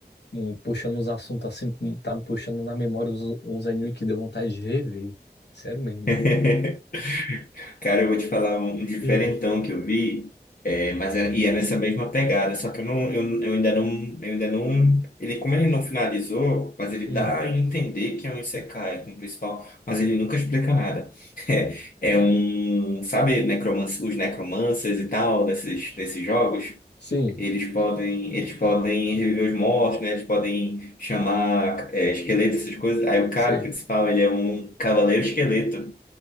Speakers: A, on the left; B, on the left.
A: me puxando uns assuntos assim, tá me puxando na memória uns, uns animes que deu vontade de ver, velho. Sério mesmo.
B: <laughs> Cara, eu vou te falar um um diferentão
A: Hum.
B: que eu vi, é, mas é, e é nessa mesma pegada, só que eu, não, eu, eu ainda não, eu ainda não, ele como ele não finalizou, mas ele
A: Hum,
B: dá a entender que é um isekai como principal, mas ele nunca explica nada. <laughs> É, é um, sabe, necromanc- os necromancers e tal desses desses jogos,
A: sim,
B: eles podem eles podem reviver os mortos, né? Eles podem chamar é, esqueletos, essas coisas. Aí o cara
A: sei.
B: principal, ele é um cavaleiro esqueleto.